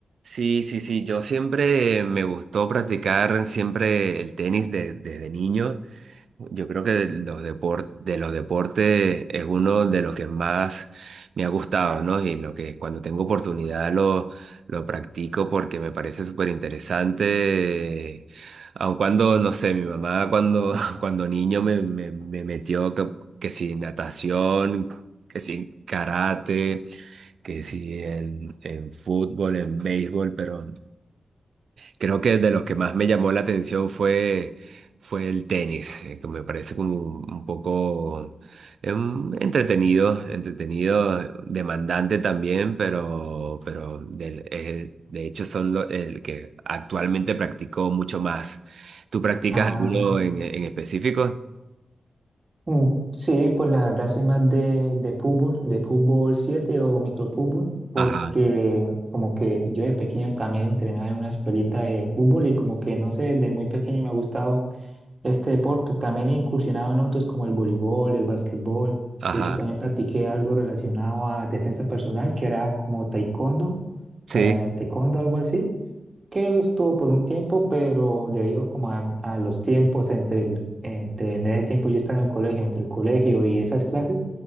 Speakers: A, on the right; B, on the right.
A: Sí, sí, sí, yo siempre me gustó practicar siempre el tenis de- desde niño. Yo creo que de los depor- de los deportes es uno de los que más me ha gustado, ¿no? Y lo que cuando tengo oportunidad lo, lo practico porque me parece súper interesante. Aun cuando, no sé, mi mamá cuando, <laughs> cuando niño me, me, me metió que, que si natación, que si karate, que si en, en fútbol, en béisbol, pero Creo que de los que más me llamó la atención fue, fue el tenis, eh, que me parece como un, un poco em, entretenido, entretenido, eh, demandante también, pero, pero del- eh, de hecho son lo- el que actualmente practico mucho más. ¿Tú practicas
B: Ah,
A: alguno en, en específico?
B: mm, sí, pues la verdad soy más de, de fútbol, de fútbol 7 o microfútbol, porque
A: Ajá,
B: como que yo de pequeño también entrenaba en una escuelita de fútbol y como que no sé, desde muy pequeño me ha gustado este deporte. También he incursionado en otros como el voleibol, el básquetbol.
A: ajá,
B: De hecho, también practiqué algo relacionado a defensa personal, que era como taekwondo,
A: sí,
B: eh, taekwondo, algo así. que él estuvo por un tiempo, pero debido como a, a los tiempos entre, el- entre en ese tiempo yo estaba en el colegio, entre el colegio y esas clases,